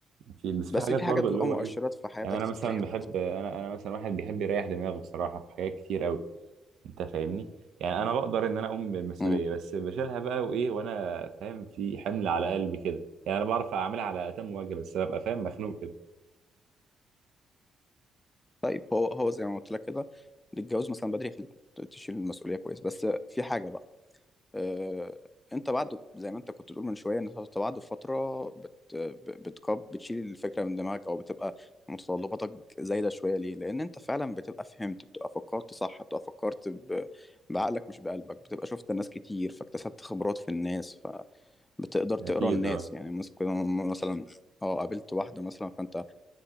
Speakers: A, on the right; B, on the left.
A: اكيد بس
B: بس
A: في حاجات
B: في
A: برضو
B: حاجات بتبقى
A: اللي هو
B: مؤشرات
A: ايه
B: في حياتك
A: يعني انا مثلا
B: بتبين
A: بحب
B: لك
A: انا انا مثلا واحد بيحب يريح دماغه بصراحه في حاجات كتير قوي انت فاهمني يعني انا بقدر ان انا اقوم بالمسؤوليه
B: مم.
A: بس بشيلها بقى وايه وانا فاهم في حمل على قلبي كده يعني انا بعرف اعملها على اتم وجه بس ببقى فاهم مخنوق كده
B: طيب هو هو زي ما قلت لك كده الجواز مثلا بدري يخليك تشيل المسؤوليه كويس بس في حاجه بقى آه، انت بعد زي ما انت كنت بتقول من شويه ان انت بعد فتره بت ب- بتكب بتشيل الفكره من دماغك او بتبقى متطلباتك زايده شويه ليه لان انت فعلا بتبقى فهمت بتبقى فكرت صح بتبقى فكرت ب... بعقلك مش بقلبك بتبقى شفت الناس كتير فاكتسبت خبرات في الناس فبتقدر تقرا
A: اكيد
B: الناس
A: اه
B: يعني مس- كنا مثلا اه قابلت واحده مثلا فانت